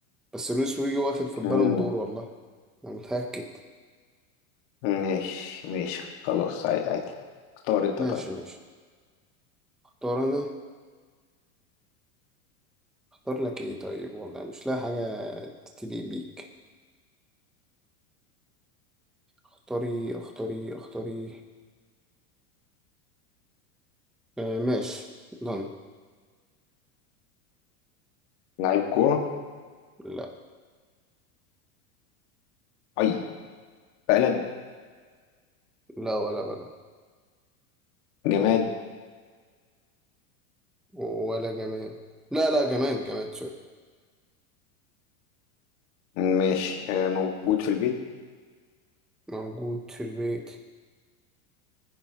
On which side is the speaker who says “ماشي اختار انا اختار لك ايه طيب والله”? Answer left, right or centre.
Centre